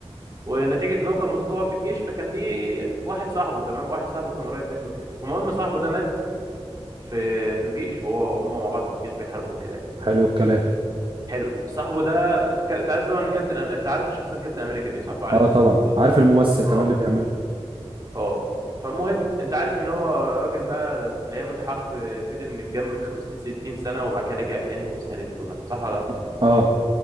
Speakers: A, on the right; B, on the right.
A: ونتيجة إن هو كان متطوع في الجيش فكان ليه واحد صاحبه تمام واحد صاحبه كان قريب منه كده فالمهم صاحبه ده مات في في الجيش وهو وهم مع بعض في الجيش بيحاربوا كده يعني
B: حلو الكلام
A: حلو صاحبه ده أنت عارف طبعا إن كابتن أم- أنت عارف شخصية كابتن أمريكا دي صح وعارف
B: اه طبعا
A: جزء
B: عارف الممثل كمان
A: اه
B: اللي بيعملها
A: اه فالمهم انت عارف ان هو راجل بقى في ايام الحرب فضل متجمد 50 60 سنه وبعد كده رجع تاني والسهره دي كلها صح ولا
B: مم.
A: لا؟
B: اه